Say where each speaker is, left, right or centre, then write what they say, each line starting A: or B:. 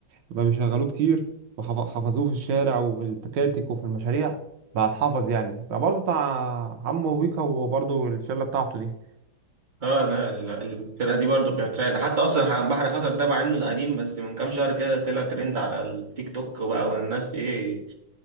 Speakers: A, on the right; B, on the right.
A: ما بيشغلوه كتير وحفظوه في الشارع وفي التكاتك وفي المشاريع بقى اتحفظ يعني ده برضه بتاع حمو بيكا وبرضه الشله بتاعته دي
B: اه لا لا، الفرقة دي برضو كانت رايقة حتى اصلا بحر خطر ده مع انه قديم بس من كام شهر كده طلع ترند على التيك توك وبقى والناس ايه